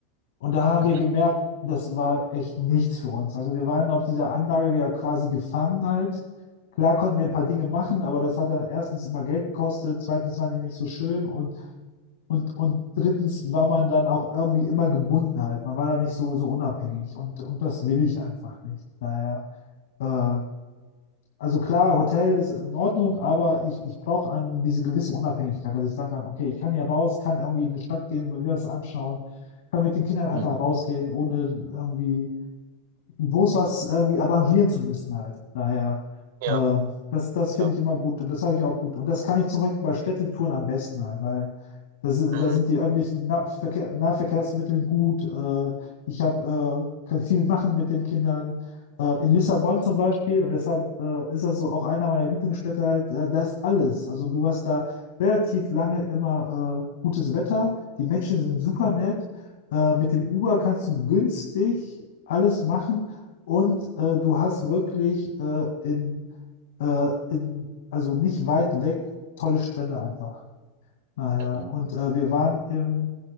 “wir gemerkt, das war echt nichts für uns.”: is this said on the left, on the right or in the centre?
Left